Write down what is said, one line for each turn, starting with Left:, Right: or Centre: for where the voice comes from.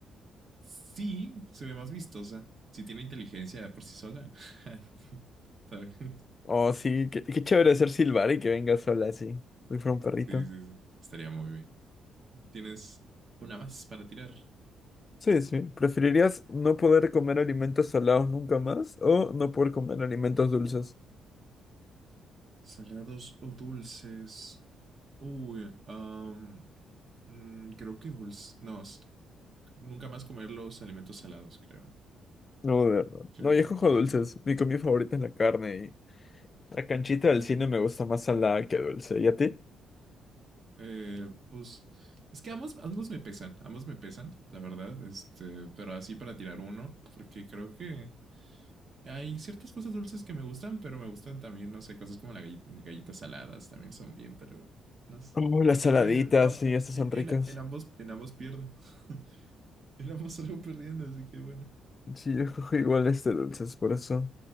Right: Sí, se ve más vistosa. Si tiene inteligencia por sí sola, <laughs> está bien.
Left: Oh, sí, qué, qué chévere ser silbar y que venga sola así, si fuera un perrito.
Right: Sí, sí, sí. Estaría muy bien. ¿Tienes una más para tirar?
Left: Sí, sí. ¿Preferirías no poder comer alimentos salados nunca más o no poder comer alimentos dulces?
Right: Salados o dulces. Uy, um, mm, creo que dulce. No, s- nunca más comer los alimentos salados, creo.
Left: No, de verdad.
Right: Creo
Left: No, yo escojo
Right: que,
Left: dulces. Mi comida favorita es la carne La canchita del cine me gusta más salada que dulce. ¿Y a ti?
Right: eh, pues, es que ambos, ambos me pesan, ambos me pesan, la verdad. Este, pero así para tirar uno, porque creo que Hay ciertas cosas dulces que me gustan, pero me gustan también, no sé, cosas como las galli- galletas saladas también son bien, pero no sé.
Left: Oh, las
Right: Así
Left: saladitas,
Right: que am-
Left: sí, estas
Right: e,
Left: son ricas.
Right: en, en ambos, en ambos pierdo. <laughs> En ambos salgo perdiendo, así que bueno.
Left: Sí, yo cojo igual este dulces, por eso.